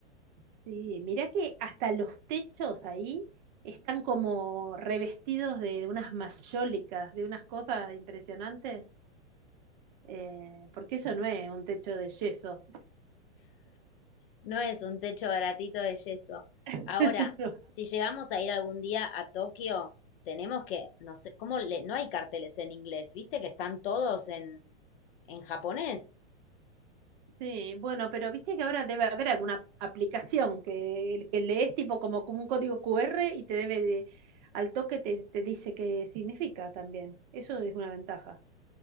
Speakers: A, on the right (about 40°); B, on the left (about 50°).
A: Sí, mirá que hasta los techos ahí están como revestidos de unas mayólicas, de unas cosas impresionantes. eh, porque eso no es un techo de yeso,
B: No es un techo baratito de yeso.
A: <laughs>
B: Ahora,
A: no,
B: si llegamos a ir algún día a Tokio, tenemos que, no sé, ¿cómo le, no hay carteles en inglés? ¿Viste que están todos en, en japonés?
A: Sí, bueno, pero viste que ahora debe haber alguna aplicación que, que lees tipo como, como un código QR y te debe de- al toque te, te dice qué significa también. Eso es una ventaja.